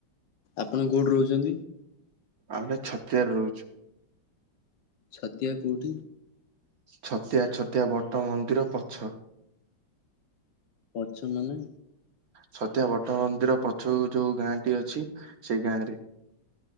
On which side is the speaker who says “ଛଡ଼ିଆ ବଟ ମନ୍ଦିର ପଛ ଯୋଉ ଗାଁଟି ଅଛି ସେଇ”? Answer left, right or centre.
Right